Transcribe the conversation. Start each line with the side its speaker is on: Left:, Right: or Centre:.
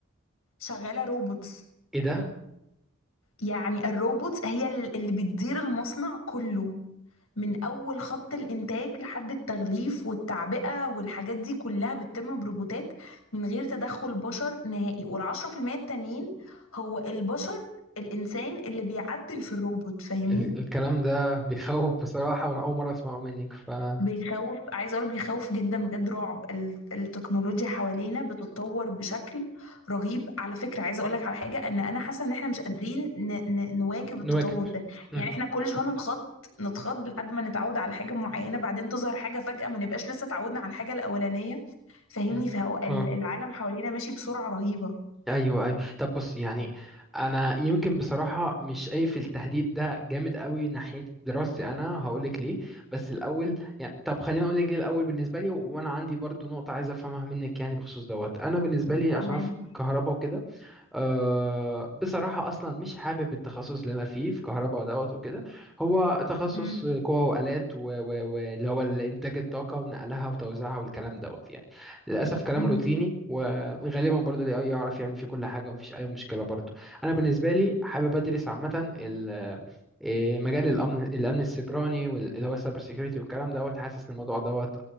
Left: شغاله روبوتس
Centre: ايه ده
Left: يعني الروبوتس هي ال- اللي بتدير المصنع كله من اول خط الانتاج لحد التغليف والتعبئه والحاجات دي كلها بتتم بروبوتات من غير تدخل بشر نهائي والعشرة في المية التانيين هو البشر الانسان اللي بيعدل في الروبوت فاهمني
Centre: ال- الكلام ده بيخوف بصراحة وأنا أول مرة أسمعه منك ف آه،
Left: بيخوف عايزه اقول بيخوف جدا بجد رعب ال- التكنولوجيا حوالينا بتتطور بشكل رهيب على فكره عايزه اقول لك على حاجه ان انا حاسه ان احنا مش قادرين ن- ن- نواكب
Centre: نواكب
Left: التطور ده
Centre: مم،
Left: يعني احنا كل شويه نتخض نتخض لحد ما نتعود على حاجه معينه بعدين تظهر حاجه فجاه ما نبقاش لسه اتعودنا على الحاجه الاولانيه فاهمني
Centre: مم.
Left: فهو ال-
Centre: اه
Left: العالم حوالينا ماشي بسرعه رهيبه
Centre: أيوه أيوه طب بص يعني أنا يمكن بصراحة مش شايف التهديد ده جامد قوي ناحية دراستي أنا هقولك ليه بس الأول يعني طب خليني أقولك ليه الأول بالنسبة لي و- وأنا عندي برضو نقطة عايز أفهمها منك يعني بخصوص دوت أنا بالنسبة لي عشان
Left: تمام
Centre: أنا في كهرباء وكده أه بصراحة أصلا مش حابب التخصص اللي أنا فيه في كهرباء ودوت وكده هو تخصص
Left: امم
Centre: قوى وآلات و- و- واللي هو إنتاج الطاقة ونقلها وتوزيعها والكلام دوت يعني للأسف كلام
Left: امم
Centre: روتيني وغالبا برضو ال AI يعرف يعمل فيه كل حاجة ومفيش أي مشكلة برضو أنا بالنسبة لي حابب أدرس عامة ال- إيه، مجال الأمن الأمن السيبراني واللي هو السايبر سيكيورتي والكلام دوت حاسس إن الموضوع دوت أ-